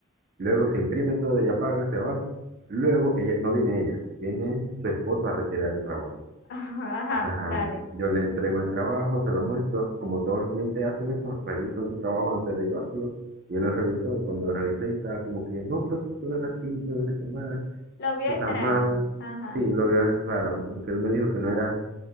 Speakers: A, on the right; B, on the left.
A: Luego se imprime todo, ella paga, se va. Luego ella, no viene ella, viene su esposo a retirar el trabajo.
B: <laughs> ajá,
A: O sea,
B: dale.
A: yo le entrego el trabajo, se lo muestro, como todos los clientes hacen eso, revisan su trabajo antes de llevárselo. Y él lo revisó, y cuando lo revisó, y estaba como que, no, pero si esto no era así, que no sé qué más,
B: Lo vio
A: esto
B: extraño.
A: está mal.
B: Ajá,
A: Sí, lo vio raro, porque él me dijo que no era